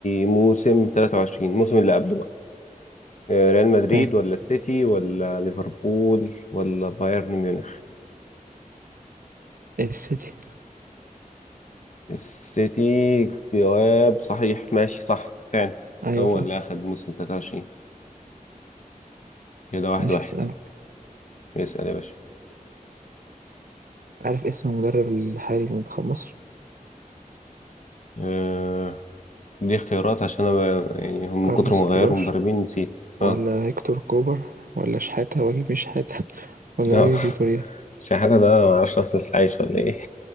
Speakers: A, on the left; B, on the right.
A: موسم 23 الموسم اللي قبله بقى آه، ريال مدريد
B: حلو
A: ولا السيتي ولا ليفربول ولا بايرن ميونخ
B: السيتي
A: السيتي جواب صحيح ماشي صح فعلا
B: أيوه
A: هو
B: فعلا
A: اللي أخد موسم 23 كده واحد
B: ماشي
A: واحد
B: اسألك
A: اسأل يا باشا
B: عارف اسم المدرب الحالي لمنتخب مصر
A: آه، دي اختيارات عشان أنا ب- يعني هم
B: كارلوس
A: من كتر ما
B: كيروش
A: غيروا مدربين نسيت اه
B: ولا هيكتور كوبر ولا شحاتة واكيد مش شحاتة <laughs> ولا
A: لا
B: روي
A: <laughs>
B: فيتوريا
A: شحاتة ده معرفش أصلا لسه عايش ولا إيه